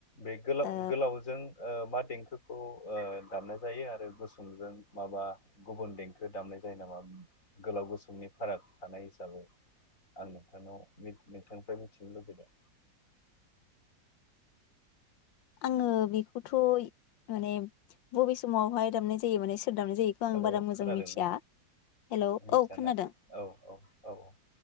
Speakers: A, on the left; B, on the left.
A: बे गोलाव
B: ओ
A: गोलावजों ओ मा देंखोखौ ओ दामनाय जायो आरो गुसुंजों माबा गुबुन देंखो दामनाय जायो नामा गोलाव गुसुंनि फाराग थानाय हिसाबै आं नोंथांनाव नोंथांनिफ्राय मिथिनो लुबैदों
B: आङो बेखौथ' माने बबे समावहाय दामनाय जायो माने दामनाय जायोखौ आं
A: हेलौ
B: बारा मोजां
A: खोनादोंना
B: मिथिया हेल' औ
A: मिथियाना
B: खोनादों
A: औ औ औ औ